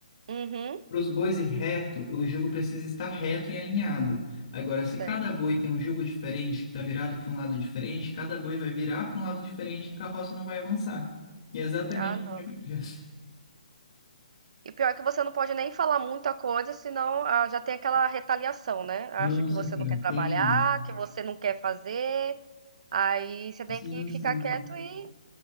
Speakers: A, on the right; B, on the left.
A: Uhum.
B: Para os bois ir reto, o jugo precisa estar reto e alinhado. Agora, se
A: Certo.
B: cada boi tem um jugo diferente, que está virado para um lado diferente, cada boi vai virar para um lado diferente e a carroça não vai avançar. E é exatamente
A: Ah, não.
B: o que acontece.
A: E pior que você não pode nem falar muita coisa, senão ah, já tem aquela retaliação, né? Acha
B: Nossa,
A: que você
B: cara,
A: não quer trabalhar,
B: tem.
A: que você não quer fazer, aí você tem
B: Sim,
A: que
B: sim.
A: ficar quieto e,